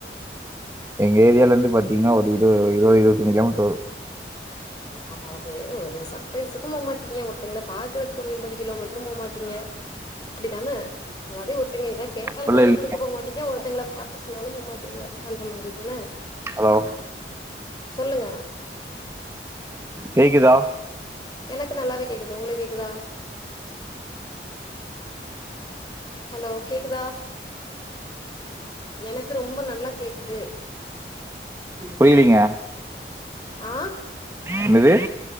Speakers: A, on the right; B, on the left.
A: எங்க ஏரியாலிறுது பாத்தீங்ன்னா ஒரு இரு இருபது இருவதஞ்சு கிலோமீட்டர் வரு
B: ம் அதாது ஒரு சர்பரைஸுக்கு போமாட்டீங்க ஒருத்தங்கள பாக்கறதுக்கு ஒரு எம்பது கிலோமீட்ரு போமாட்டீங்க அப்டித்தான அதாவது ஒருத்தங்க ஏதா கேட்டாலு
A: அப்படிலாம்
B: வாங்கி
A: இல்ல
B: குடுக்க போ மாட்டீங்க ஒருத்தவங்கள பாக்க சொன்னாலு போமாட்டீங்க அந்த மாரி தான
A: ஹலோ
B: சொல்லுங்க
A: கேக்குதா
B: எனக்கு நல்லாவே கேக்குது ஒங்களுக் கேக்குதா ஹலோ கேக்குதா எனக்கு ரொம்ப நல்லா கேக்குது
A: புரியுதுங்க
B: ஆ
A: என்னது